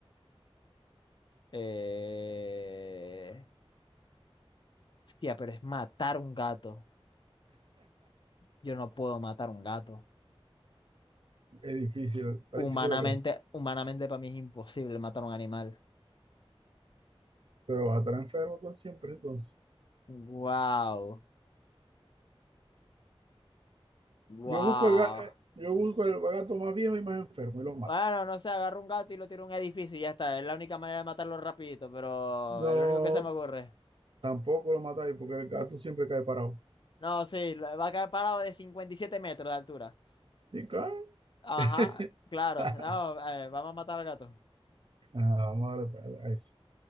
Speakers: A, on the left (about 50°); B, on the right (about 60°).
A: Eh... Hostia, pero es matar un gato. Yo no puedo matar un gato.
B: Es difícil, está
A: Humanamente,
B: difícil la cosa.
A: humanamente para mí es imposible matar un animal.
B: Pero vas a estar enfermo tú siempre, entonces.
A: Wow, wow.
B: Yo busco el, ga- eh, yo busco el gato más viejo y más enfermo y lo mato.
A: Bueno, no sé, agarro un gato y lo tiro a un edificio y ya está. Es la única manera de matarlo rapidito, pero
B: No,
A: es lo único que se me ocurre.
B: tampoco lo matáis porque el gato siempre cae parado.
A: No, sí, la- va a caer parado de 57 metros de altura.
B: Sí, cae.
A: Ajá,
B: <laughs>
A: claro.
B: Ajá,
A: No, eh, vamos a matar al gato.
B: vamos a darle pa- a ese.